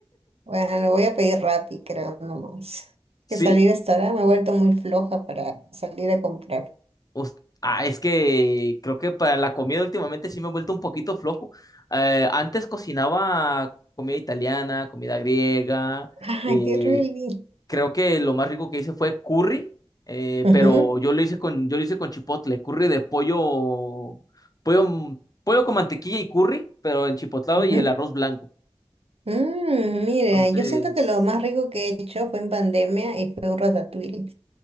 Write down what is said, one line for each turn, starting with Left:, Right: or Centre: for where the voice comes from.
Right: Bueno, lo voy a pedir Rappi, creo, nomás.
Left: <laughs>
Right: Que salir
Left: ¿Sí?
Right: hasta ahora me he vuelto muy floja para salir a comprar.
Left: us- ah, es que creo que para la comida últimamente sí me he vuelto un poquito flojo. Eh, antes cocinaba comida italiana, comida griega.
Right: <laughs> ¡Ah,
Left: eh,
Right: qué rico!
Left: creo que lo más rico que hice fue curry, eh,
Right: Ujú,
Left: pero yo lo hice con, yo lo hice con chipotle, curry de pollo, pollo, mm, pollo con mantequilla y curry, pero en chipotlado
Right: ujú.
Left: y el arroz blanco.
Right: Mm, mira,
Left: Entonces,
Right: yo siento que lo más rico que he hecho fue en pandemia y fue un ratatouille.